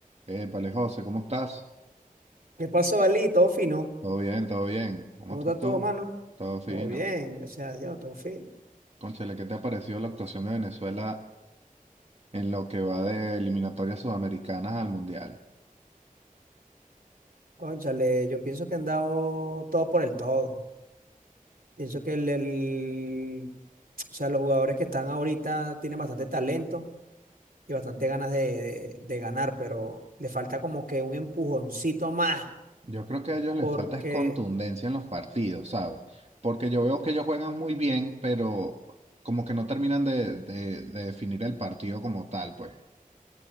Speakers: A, on the right (about 45°); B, on the right (about 85°).
A: Épale, José, ¿cómo estás?
B: ¿Qué pasó, Ali? Todo fino.
A: Todo bien, todo bien. ¿Cómo
B: ¿Cómo
A: estás
B: está todo,
A: tú?
B: mano?
A: Todo fino.
B: Todo bien, gracias a Dios, todo fino.
A: Cónchale, ¿qué te ha parecido la actuación de Venezuela en lo que va de eliminatorias sudamericanas al Mundial?
B: Cónchale, yo pienso que han dado todo por el todo. Pienso que el, el- o sea, los jugadores que están ahorita tienen bastante talento y bastante ganas de, de- de ganar, pero le falta como que un empujoncito más,
A: Yo creo que a ellos les
B: porque
A: falta es contundencia en los partidos, ¿sabes? Porque yo veo que ellos juegan muy bien, pero como que no terminan de, de- de definir el partido como tal, pues.